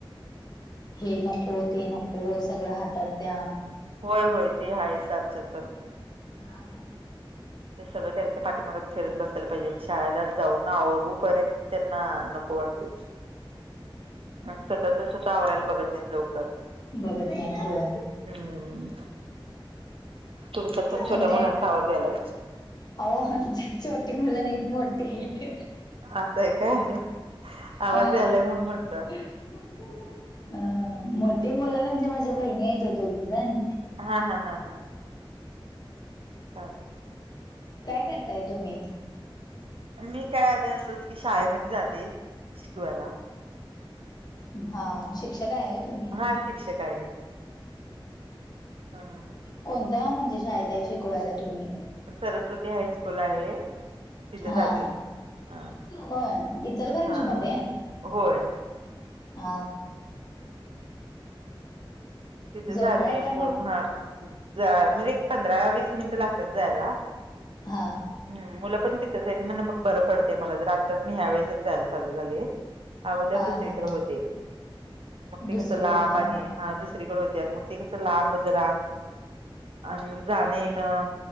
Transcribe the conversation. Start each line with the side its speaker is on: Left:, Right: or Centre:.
Left: हे नको ते नको सगळं हातात द्या
Right: होय होय ते आहेच आमच्यातण
Left: हा
Right: ते सगळं त्यांच्या पाठीमाग्या शषरत बसायला पाहिजे शाळेलाच जाऊ ना आवरूपर्यंत त्यांना नोपवात अ स्वतःच स्वतः आवरायला बघत नाहीत लवकर
Left: बघत नाहीत
Right: हम्म तुमच्यात पण छोट्या
Left: तुम्ही
Right: मुलांचा
Left: काय
Right: आवाज यालाय
Left: अह आमची छोटे मुलं नाहीत मोठीे आहेत
Right: असतांय काय आवाज
Left: हा
Right: यालाय म्हणून म्हंटलं
Left: अ मोठी मुलं म्हणजे माझ्या बहिणी आहेतेतो दोघी जण
Right: हा हा हा हा चालेल
Left: काय करताय तुम्ही
Right: मी काय आ असंच की शाळेमध्ये जाते शिकवायला
Left: हा शिक्षक आहे आहे तुम्ही
Right: हा शिक्षक आहे ह
Left: कोणता म्हणजे शाळेतई शिकवायला तुम्ही
Right: सरस्वती हायस्कूल आहे तिथे
Left: हा
Right: जाते ह
Left: होय इचल काुची
Right: हा
Left: मते
Right: होय
Left: ह
Right: हम् तिथे
Left: जवळ
Right: जाते
Left: आहे काय
Right: मु
Left: मग
Right: म्हणजे एक पंधरा वीस मिनिट लागतात जायला
Left: हा
Right: हम मुलं पण तिथंच आहेत म्ह बग बरं पडते मला जर आत्ताच मी ह्या वेसच जायला चालू झाली अगोदरच
Left: हा हा
Right: स्वीक्र
Left: हा
Right: होते मग ते
Left: दुसरीकडे
Right: कस लांब
Left: होता
Right: आणि
Left: होय
Right: हा दुरीकडे होते आणि मग ते कसं लांब जरा आणि मग राणेनं